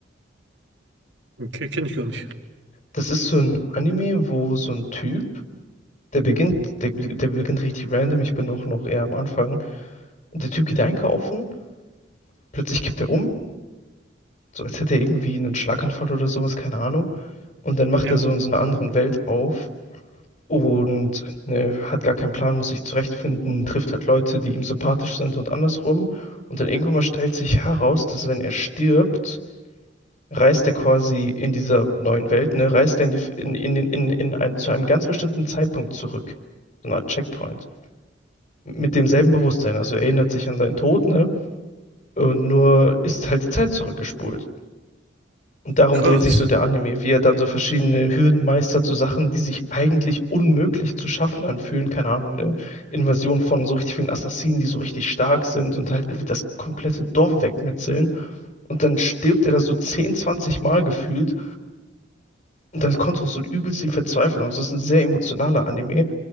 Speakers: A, on the right; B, on the left.
A: okay, kenne ich gar nicht.
B: Das ist so ein Anime, wo so ein Typ Der beginnt, der, der beginnt richtig random. Ich bin noch noch eher am Anfang. Und der Typ geht einkaufen, plötzlich kippt er um, so als hätte er irgendwie einen Schlaganfall oder sowas, keine Ahnung. Und dann macht
A: Ja,
B: er so in so einer anderen Welt auf und ne, hat gar keinen Plan, muss sich zurechtfinden, trifft halt Leute, die ihm sympathisch sind und andersrum. Und dann irgendwann mal stellt sich heraus, dass wenn er stirbt, reist er quasi in dieser neuen Welt, ne, reist er in die, in, in, in, in ein, zu einem ganz bestimmten Zeitpunkt zurück. So eine Art Checkpoint. mit demselben Bewusstsein. Also er erinnert sich an seinen Tod, ne? Und nur ist halt die Zeit zurückgespult. Und darum
A: krass.
B: dreht sich so der Anime, wie er dann so verschiedene Hürden meistert, so Sachen, die sich eigentlich unmöglich zu schaffen anfühlen. Keine Ahnung, eine Invasion von so richtig vielen Assassinen, die so richtig stark sind und halt das komplette Dorf wegmetzeln. Und dann stirbt er da so 10, 20 Mal gefühlt. Und dann kommt auch so übelst die Verzweiflung. Das ist ein sehr emotionaler Anime.